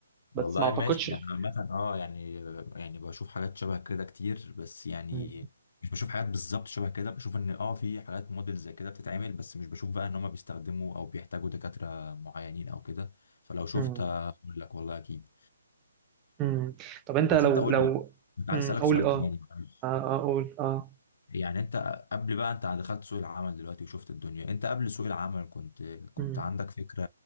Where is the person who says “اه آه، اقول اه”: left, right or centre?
Right